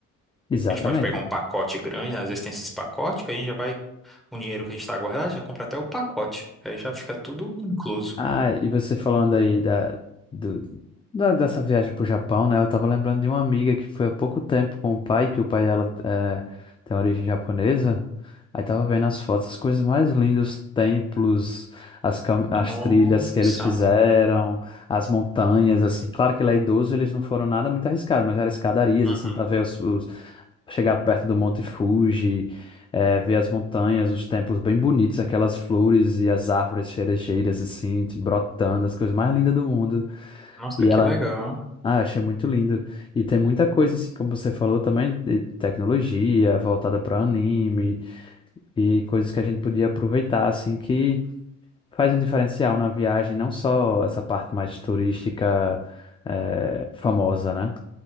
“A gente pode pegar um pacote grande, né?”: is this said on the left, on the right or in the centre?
Centre